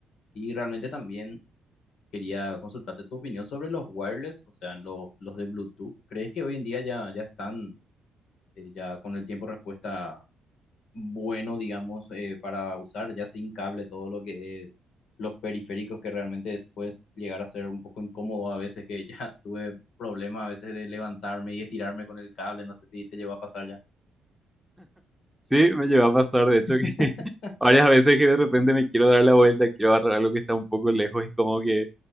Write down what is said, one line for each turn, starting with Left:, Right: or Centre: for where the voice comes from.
Left: Y realmente también quería consultarte tu opinión sobre los wireless, o sea, los, los de Bluetooth. ¿Crees que hoy en día ya, ya están, eh, ya con el tiempo respuesta bueno, digamos, eh, para usar ya sin cable todo lo que es los periféricos que realmente después llegar a ser un poco incómodo a veces, que ya <laughs> tuve problemas a veces de levantarme y estirarme con el cable, no sé si te llegó a pasar ya.
Centre: Sí, me llevó a pasar, de
Left: <laughs>
Centre: hecho, que Varias veces que de repente me quiero dar la vuelta, quiero agarrar algo que está un poco lejos y como que